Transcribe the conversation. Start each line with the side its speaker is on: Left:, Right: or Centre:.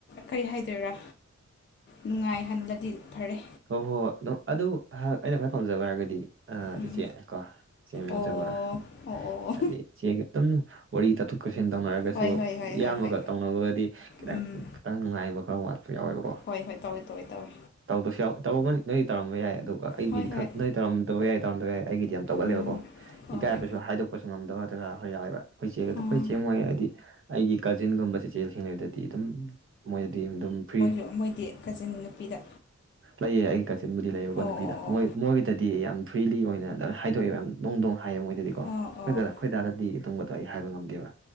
Left: ꯀꯔꯤ ꯍꯥꯏꯗꯣꯏꯔꯥ ꯅꯨꯡꯉꯥꯏꯍꯜꯂꯗꯤ ꯐꯔꯦ
Right: ꯍꯣꯏ ꯍꯣꯏ ꯍꯣꯏ ꯑꯗꯨ ꯑꯩꯅ ꯈ꯭ꯋꯥꯏ ꯄꯥꯝꯖꯕ ꯍꯥꯏꯔꯒꯗꯤ
Left: ꯎꯝ
Right: ꯏꯆꯦ ꯀꯣ ꯏꯆꯦ ꯌꯥꯎꯖꯕ
Left: ꯑꯣ ꯑꯣ ꯑꯣ ꯑꯣ
Right: ꯍꯥꯏꯗꯤ ꯆꯦ ꯑꯗꯨꯝ ꯋꯥꯔꯤ ꯇꯥꯊꯣꯛ ꯇꯠꯁꯤꯟ ꯇꯧꯅꯔꯒꯁꯨ
Left: ꯍꯣꯏ ꯍꯣꯏ ꯍꯣꯏ
Right: ꯏꯌꯥꯝꯕꯒ
Left: ꯍꯣꯏ ꯍꯣꯏ
Right: ꯇꯧꯅꯕꯒꯗꯤ ꯈꯤꯇꯪ
Left: ꯎꯝ
Right: ꯈꯤꯇꯪ ꯉꯥꯏꯕ ꯈꯔ ꯋꯥꯠꯄ ꯌꯥꯎꯋꯦꯕ
Left: ꯍꯣꯏ ꯍꯣꯏ ꯇꯧꯋꯦ ꯇꯧꯋꯦ ꯇꯧꯋꯤ
Right: ꯇꯧꯗꯕꯁꯨ ꯌꯥꯎ ꯇꯧꯔꯝꯒꯅꯤ ꯅꯣꯏꯗꯤ ꯇꯧꯔꯝꯕ ꯌꯥꯏ ꯑꯗꯨꯒ ꯑꯩꯒꯤꯗꯤ
Left: ꯍꯣꯏ ꯍꯣꯏ
Right: ꯈ ꯅꯣꯏ ꯇꯧꯔꯝꯗꯕ ꯌꯥꯏ ꯇꯧꯔꯝꯗꯒꯏ ꯑꯩꯒꯤꯗꯤ ꯌꯥꯝ ꯇꯧꯒꯜꯂꯦꯕꯀꯣ
Left: ꯎꯝ ꯍꯣꯏ
Right: ꯏꯀꯥꯏꯕꯁꯨ
Left: ꯍꯣꯏ
Right: ꯍꯥꯏꯗꯣꯛꯄꯁꯨ ꯉꯝꯗꯕ ꯅꯠꯇ꯭ꯔꯒ ꯍꯔ ꯌꯥꯎꯋꯦꯕ ꯑꯩꯈꯣꯏ ꯆꯦꯛꯒꯗ
Left: ꯑꯣ
Right: ꯑꯩꯈꯣꯏ ꯆꯦꯡ ꯃꯣꯏ ꯍꯥꯏꯗꯤ ꯑꯩꯒꯤ ꯀꯥꯖꯤꯟꯒꯨꯝꯕꯁꯦ ꯆꯦꯁꯤꯡ ꯂꯩꯩꯗꯗꯤ ꯑꯗꯨꯝ ꯃꯣꯏꯗꯗꯤ ꯑꯗꯨꯝ ꯐ꯭ꯔꯤ
Left: ꯣ ꯃꯣꯏꯗꯤ ꯀꯖꯤꯟ ꯅꯨꯄꯤꯗ
Right: ꯂꯩꯌꯦ ꯑꯩꯒꯤ ꯀꯆꯤꯟꯕꯨꯗꯤ ꯂꯩꯌꯦꯕꯀꯣ
Left: ꯑꯣ ꯑꯣ
Right: ꯅꯨꯄꯤꯗ ꯃꯣꯏ ꯃꯣꯏꯒꯤꯗꯗꯤ ꯌꯥꯝ ꯐ꯭ꯔꯤꯂꯤ ꯑꯣꯏꯅ ꯑꯗꯨ ꯍꯥꯏꯗꯣꯛꯑꯦꯕ ꯌꯥꯝ ꯅꯨꯡ ꯣꯡ ꯍꯥꯏꯌꯦꯦ ꯃꯣꯏꯗꯗꯤꯀꯣ
Left: ꯑꯣ
Right: ꯑꯩꯈꯣꯏ
Left: ꯑꯣ ꯑꯣ ꯑꯣ
Right: ꯑꯩꯈꯣꯏꯗꯥꯔꯗꯤ ꯇꯨꯡꯕꯗꯣ ꯑꯩ ꯍꯥꯏꯕ ꯉꯝꯗꯦꯕꯥ